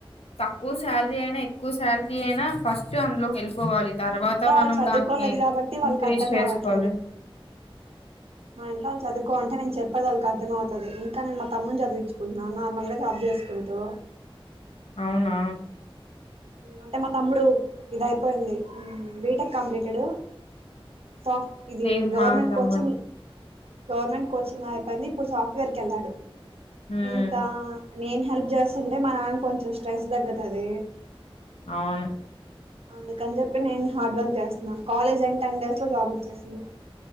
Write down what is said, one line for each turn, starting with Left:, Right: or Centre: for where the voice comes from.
Left: తక్కువఎక్కువ శాలరీ అయినా ఎక్కువ శాలరీ అయినా ఫస్ట్ అందులో వెళ్ళిపోవాలి తర్వాత
Right: మా ఇంట్లో
Left: మనం
Right: వాళ్ళు చదువుకోలేదు
Left: దాన్ని
Right: కాబట్టి వాళ్ళకి
Left: ఇంక్రీజ్
Right: అర్థం
Left: చేసుకోవాలి
Right: కావట్లేదు మా ఇంట్లో వాళ్ళ చదువుకో అంటే నేను చెప్పేది వాళ్ళకి అర్థం అవుతుంది ఇంకా నేను మా తమ్ముని చదివించుకుంటున్నాను నార్మల్ గా జాబ్ చేసుకుంటూ
Left: అవునా
Right: అంటే మా తమ్ముడు ఇది అయిపోయింది బీటెక్ కంప్లీటెడు సోఫ ఇది
Left: సేమ్
Right: గవర్నమెంట్
Left: మా తమ్మున్
Right: కోచింగ్ గవర్నమెంట్ కోచింగ్ అయిబంది ఇప్పుడు సాఫ్ట్వేర్ కి వెళ్ళాడు
Left: ఉమ్
Right: ఇంకా నేను హెల్ప్ చేస్తుంటే మా నాన్న కొంచెం స్ట్రెస్ తగుతది
Left: అవును
Right: అందుకని చెప్పి నేను హార్డ్ వర్క్ చేస్తున్నా కాలేజ్ అని టెన్ డేస్ లో జాబ్ వచ్చేసింది